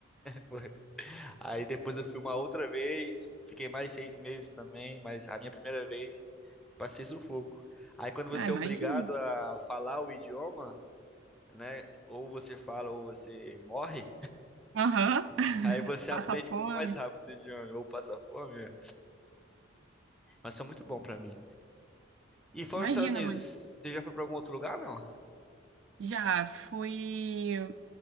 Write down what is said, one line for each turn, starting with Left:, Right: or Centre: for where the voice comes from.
Centre: Foi. Aí depois eu fui uma outra vez, fiquei mais seis meses também, mas a minha primeira vez passei sufoco. Aí quando você
Right: Ah, imagino.
Centre: é obrigado a falar o idioma, né? Ou você fala ou você morre,
Right: Aham.
Centre: <laughs>
Right: <laughs>
Centre: aí você
Right: Passa
Centre: aprende
Right: fome.
Centre: muito mais rápido o idioma, ou passa fome. Mas foi muito bom pra mim. E fora
Right: Imagina,
Centre: os Estados Unidos,
Right: mãe.
Centre: você já foi pra algum outro lugar, não?
Right: Já fui